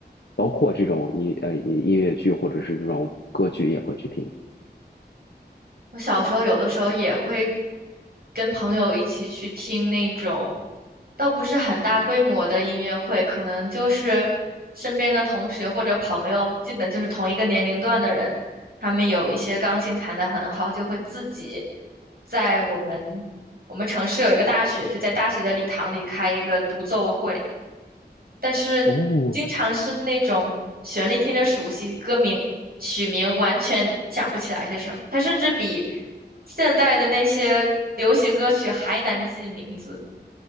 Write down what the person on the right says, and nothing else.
我小时候有的时候也会跟朋友一起去听那种，倒不是很大规模的音乐会，可能就是身边的同学或者朋友，基本就是同一个年龄段的人，他们有一些钢琴弹得很好，就会自己在我们我们城市有一个大学，就在大学的礼堂里开一个独奏会，但是经常是那种旋律听着熟悉，
歌名曲名完全想不起来是什么，它甚至比现代的那些流行歌曲还难记名字。